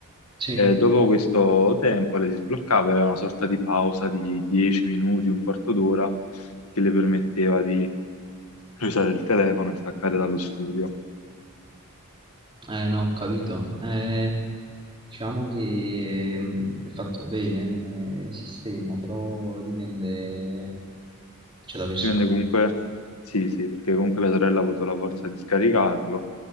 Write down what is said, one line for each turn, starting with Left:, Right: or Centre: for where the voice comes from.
Right: Sì,
Left: E dopo questo tempo le si sbloccava, aveva una sorta di pausa di 10 minuti, un quarto d'ora che le permetteva di di usare il telefono e staccare dallo studio.
Right: eh, no, ho capito. Eh, diciamo che mm, è fatto bene come sistema, però dipende, cioè, da persona.
Left: Ci rende comunque, sì, sì, perché comunque mia sorella ha avuto la forza di scaricarlo.